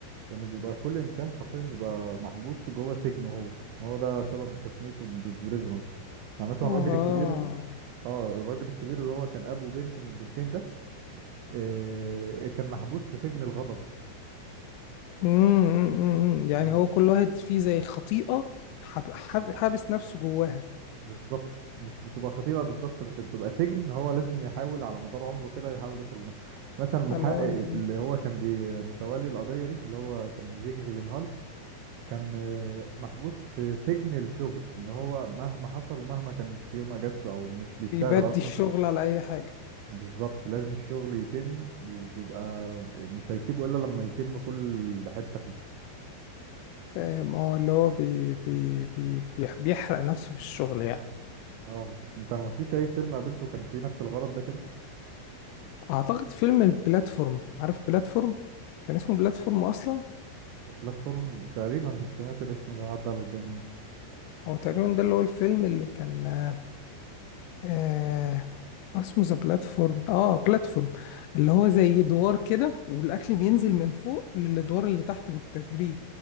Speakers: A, on the right (about 80°); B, on the left (about 85°).
A: لان بيبقى كل انسان حرفيا بيبقى محبوس جوه سجن هو هو ده سبب تسميته بريزونرز يعني مثلا
B: اه
A: الراجل الكبير اه الراجل الكبير اللي هو كان ابو بنت من البنتين ده آه كان محبوس في سجن الغضب
B: امم إمم، إمم، إمم. يعني
A: الم...
B: هو كل واحد فيه زي خطيئه حاب حاب حابس نفسه جواها
A: بالظبط مش بتبقى خطيبة بالظبط بس بتبقى سجن هو لازم يحاول على مدار عمره كده يحاول يخرج منه مثلا المحقق
B: اللي هو زي-
A: اللي هو كان بي- متولي القضية دي اللي هو كان جيك جيلينهال كان آه، محبوس في سجن الشغل ان هو مهما حصل ومهما كان في يوم اجازته او مش بيشتغل
B: بيبدي
A: اصلا
B: الشغل على اي حاجه
A: بالظبط لازم الشغل يتم وبيبقى مش هيسيبه الا لما يتم كل حتة فيه
B: فاهم اه اللي هو بي بي بي بيح- بيحرق نفسه في الشغل يعني
A: اه بالظبط. انت ما فيش اي فيلم قابلته كان فيه نفس الغرض ده كده
B: اعتقد فيلم البلاتفورم عارف بلاتفورم كان اسمه بلاتفورم اصلا
A: بلاتفورم تقريبا سمعت الاسم ده عدى على قدامي
B: هو تقريبا ده اللي هو الفيلم اللي كان آه آه، اسمه ذا بلاتفورم اه بلاتفورم اللي هو زي دوار كده والاكل بينزل من فوق للادوار اللي تحت بالتدريب